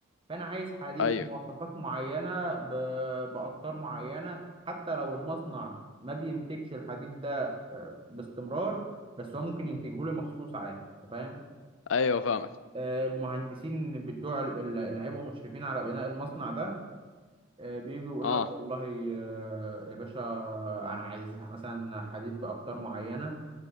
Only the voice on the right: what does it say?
فانا عايز حديد
بمواصفات معينه ب... باقطار معينه حتى لو المصنع ما بينتجش الحديد ده آه، باستمرار بس هو ممكن ينتجه لي مخصوص عادي أنت فاهم
آه، المهندسين بتوع ال- ال- اللي هيبقوا مشرفين على بناء المصنع ده آه، بيجوا يقول
لك والله آه، يا باشا انا عايز مثلا حديد باقطار معينه